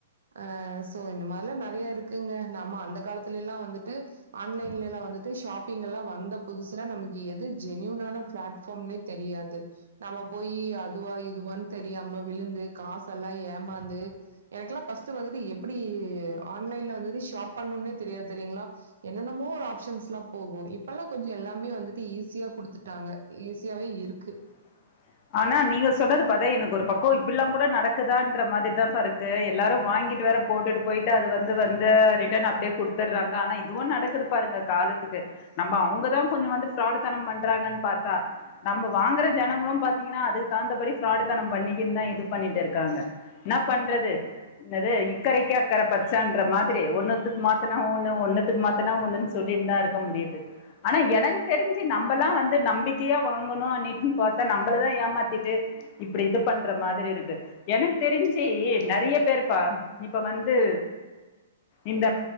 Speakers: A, on the right (about 85°); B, on the left (about 35°).
A: ஆ சோ இந்த மாதிரிலாம் நறைய இருக்குங்க நம்ம அந்த காலத்துல எல்லாம் வந்துட்டு ஆன்லைன்ல எல்லாம் வந்துட்டு ஷாப்பிங் எல்லாம் வந்த புதுசுல நமக்கு எது ஜென்யூனான பிளாட்பார்ம்னே தெரியாது நம்ம போய் அதுவா இதுவான்னு தெரியாம விழுந் ந்து காச எல்லாம் ஏமாந்து எனக்குெல்லாம் பர்ஸ்ட் வந்துட்டு எப்படி ஆன்லைன்ல வந்துட்டு ஷி ப் பண்ணும்னே தெரியாது தெரியங்களா என்னென்னமோ ஆப்ஷன்ஸ்ல்லாம் போகும் இப்பெல்லாம் கொஞ்சோ எல்லாமே வந்துட்டு ஈஸி தியா குடுத்துட்டாங்க ஈஸியாவே இருக்கு
B: உ ஆனா நீங்க சொன்னது பாத்தா எனக்கு ஒரு பக்கம் இப்படில்லாம் கூட நடக்குதான்ற மாதிரி தான் பா இருக்கு எல்லாரும் வாங்கி ட்டு போட்டுட்டு போயிட்டு அது வந்து வந்து ரிட்டர்ன் அப்படியே கொடுத்துடுறாங்க ஆனா இதுவும் நடக்குது பாருங்க காலத்து இருக்கு நம்ம அவங்க தான் கொஞ்சோ வந்து பிராடு தனம் பண்றாங்கன்னு பார்த்தா நம்ம வாங்குற ஜனங்களும் பாத் யிங்கானா அதுக்கு தகுந்தபடி பிராடு தனம் பண்ணிக்கனு தான் இது பண்ணிட்டு இருக்காங்க என்ன பண்றது இக்கறைக்கு அக்கற பச்ச என்ற மாதிரி ஒன்னுத்துக்கு மாத்தனா ஒன்னு ஒன்னுக்கு மாத்தனா ஒன்னு சொல்லி தான் இருக்கும் முடியது ஆனா எனக்கு தெரிஞ்சு நம்மல்லாம் வந்து நம்பிக்கையா வாங்கணும் அனு பார்த்தா நம்ம தான் ஏமாத்திட்டு இப்படி இது பண்ற மாதிரி இருக்கு எனக்கு தெரிஞ்சு நிறைய பேர் பா இப்ப வந்து இந்த